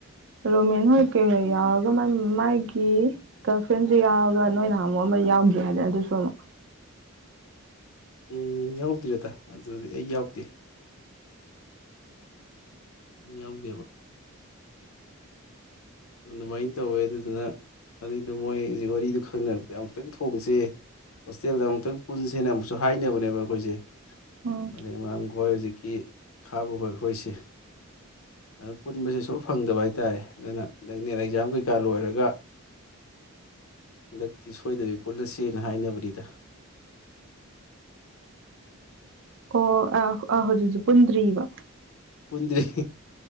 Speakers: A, on the right; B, on the left.
A: ꯔꯣꯃꯦꯟ ꯍꯣꯏ ꯀꯩ ꯌꯥꯎꯔꯒ ꯃꯥꯒꯤ ꯒꯔꯜꯐ꯭ꯔꯦꯟꯁꯨ ꯌꯥꯎꯔꯒ ꯅꯣꯏ ꯅꯍ ꯑꯃꯨꯛ ꯑꯃ ꯌꯥꯎꯒꯦ ꯍꯥꯏꯗꯅ ꯑꯗꯨꯁꯨ ꯑꯃꯨꯛ
B: ꯎꯝ ꯌꯥꯎꯗ꯭ꯔꯦꯗ ꯑꯗꯨꯗꯤ ꯑꯩ ꯌꯥꯎꯗꯦ ꯌꯥꯎꯗꯦꯕ ꯑꯗꯨꯃꯥꯏꯅ ꯇꯧꯋꯦ ꯑꯗꯨꯗꯨꯅ ꯑꯗꯨꯏꯗꯣ ꯃꯣꯏ ꯍꯧꯖꯤꯛ ꯋꯥꯔꯤꯗꯨ ꯈꯪꯅꯔꯛꯇꯗ ꯑꯃꯨꯛꯇꯪ ꯊꯣꯡꯁꯦ ꯍꯣꯁꯇꯦꯜꯗ ꯑꯃꯨꯛꯇꯪ ꯄꯨꯟꯁꯦꯅ ꯑꯃꯨꯛꯁꯨ ꯍꯥꯏꯅꯕꯅꯦꯕ ꯑꯩꯈꯣꯏꯁꯦ
A: ꯎꯝ
B: ꯃꯔ ꯃꯔꯝ ꯈꯣꯏ ꯍꯧꯖꯤꯛꯀꯤ ꯈꯥꯕꯈꯣꯏ ꯑꯩꯈꯣꯏꯁꯦ ꯑꯗꯨ ꯄꯨꯟꯕꯁꯦ ꯁ ꯐꯪꯗꯕ ꯍꯥꯏ ꯇꯥꯔꯦ ꯑꯗꯨꯅ ꯍꯟꯗꯛ ꯅꯅ ꯑꯦꯛꯖꯥꯝ ꯀꯩꯀꯥ ꯂꯣꯏꯔꯒ ꯍꯟꯗꯛꯇꯤ ꯁꯣꯏꯗꯕꯤ ꯄꯨꯜꯂꯁꯦꯅ ꯍꯥꯏꯅꯕꯅꯤꯗ
A: ꯑꯣ ꯑ ꯑꯥ ꯍꯧꯖꯤꯛ ꯍꯧꯖꯤꯛ ꯄꯨꯟꯗ꯭ꯔꯤꯕꯔꯤꯕ
B: ꯄꯨꯟꯗ꯭ꯔꯤ